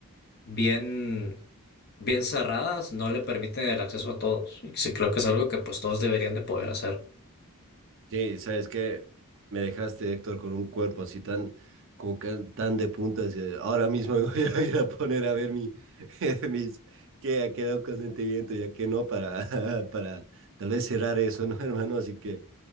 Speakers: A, on the left; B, on the right.
A: bien, bien cerradas, no le permiten el acceso a todos. Y sí creo que es algo que, pues, todos deberían de poder hacer.
B: Sí, sabes que me dejaste, Héctor, con un cuerpo así tan, como que tan de puntas. eh, Ahora mismo <laughs> me voy a ir a poner a ver mi, <laughs> mis, qué ha quedado consentimiento y a qué no para, <laughs> para tal vez cerrar eso, ¿no, hermano? Así que.